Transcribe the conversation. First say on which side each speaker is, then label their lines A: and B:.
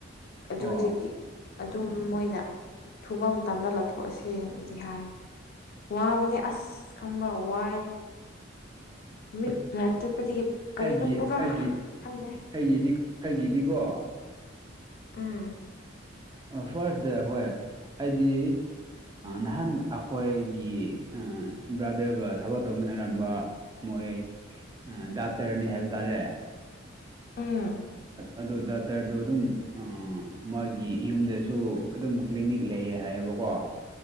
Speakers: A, on the right (about 20°); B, on the left (about 50°).
A: ꯑꯣ
B: ꯨꯖꯤꯒꯤ ꯑꯗꯨꯝ ꯃꯣꯏꯅ ꯊꯨꯕ ꯃꯇꯝꯗ ꯂꯧꯊꯣꯛꯑꯁꯦꯅꯗꯤ ꯍꯥꯏ ꯋꯥꯕꯅꯦ ꯑꯁ ꯈꯪꯕ ꯋꯥꯏ
A: <inaudible>
B: ꯃꯤꯠ ꯄꯨꯂꯥ ꯆꯠꯄꯗꯒꯤ
A: ꯑꯩꯒꯤ
B: ꯀꯔꯤꯅꯣ ꯄꯨꯔꯥ
A: ꯑꯩꯒꯤ
B: ꯈꯪꯅꯩ
A: ꯑꯩꯒꯤꯗꯤ ꯑꯩꯒꯤꯗꯤꯀꯣ
B: ꯎꯝ
A: ꯐꯥꯔꯁꯇ ꯍꯣꯏ ꯑꯩꯗꯤ ꯅꯍꯥꯟ ꯑꯩꯈꯣꯏꯒꯤ ꯕ꯭ꯔꯥꯗꯔꯒ ꯊꯕꯛ ꯇꯧꯃꯤꯟꯅꯔꯝꯕ ꯃꯣꯏ ꯗꯥꯛꯇꯔꯅꯤ ꯍꯥꯏꯕ ꯇꯥꯔꯦ
B: ꯎꯝ
A: ꯑꯗꯨ ꯗꯇꯔꯗꯨ ꯑꯗꯨꯝ ꯑ ꯃꯥꯒꯤ ꯌꯨꯝꯗꯁꯨ ꯑꯗꯨꯝ ꯀ꯭ꯂꯤꯅꯤꯛ ꯂꯩꯌꯦ ꯍꯥꯏꯌꯦꯕꯀꯣ